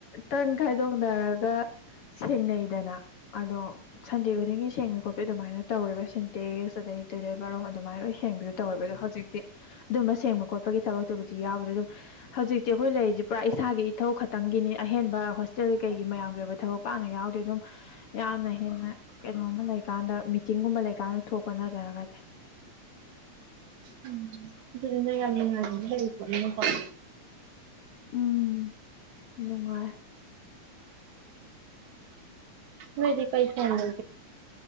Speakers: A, on the left; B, on the right.
A: ꯇꯟ ꯈꯥꯏꯗꯣꯛꯅꯔꯒ ꯁꯦꯡꯅꯩꯗꯅ ꯑꯗꯣ ꯁꯟꯗꯦ ꯈꯨꯗꯤꯡꯒꯤ ꯁꯦꯡꯕ ꯈꯣꯠꯄꯤ ꯑꯗꯨꯃꯥꯏꯅ ꯇꯧꯋꯦꯕ ꯁꯤꯟꯇꯦꯛꯁ ꯑꯗꯩ ꯇꯣꯏꯂꯦꯠ ꯕꯥꯠꯔꯨꯝ ꯑꯗꯨꯃꯥꯏꯅ ꯂꯣꯏ ꯁꯦꯡꯕꯗꯨ ꯇꯧꯋꯦꯕ ꯑꯗꯣ ꯍꯧꯖꯤꯛꯇꯤ ꯑꯗꯨꯝꯕ ꯁꯦꯡꯕ ꯈꯣꯠꯄꯒꯤ ꯊꯕꯛꯇꯨꯕꯨꯗꯤ ꯌꯥꯎꯗ꯭ꯔꯦ ꯑꯗꯨꯝ ꯍꯧꯖꯤꯛꯇꯤ ꯑꯩꯈꯣꯏ ꯂꯩꯔꯤꯁꯦ ꯄꯨꯔꯥ ꯏꯁꯥꯒꯤ ꯏꯊꯧ ꯈꯛꯇꯪꯒꯤꯅꯤ ꯑꯍꯦꯟꯕ ꯍꯣꯁꯇꯦꯜ ꯀꯩꯒꯤ ꯃꯌꯥꯝꯒꯤ ꯑꯣꯏꯕ ꯊꯕꯛ ꯄꯥꯛꯅ ꯌꯥꯎꯗꯦ ꯑꯗꯨꯝ ꯌꯥꯝꯅ ꯍꯦꯟꯅ ꯀꯩꯅꯣꯝꯃ ꯂꯩꯀꯥꯟꯗ ꯃꯤꯇꯤꯡꯒꯨꯝꯕ ꯂꯩꯀꯥꯟꯗ ꯊꯣꯛꯄ ꯅꯠꯇꯔꯒꯗꯤ
B: ꯎꯝ ꯉ ꯂꯩꯅ <unintelligible>
A: ꯎꯝ ꯅꯨꯡꯉꯥꯏ
B: ꯃꯗꯤ ꯄꯩꯁꯥꯅꯒ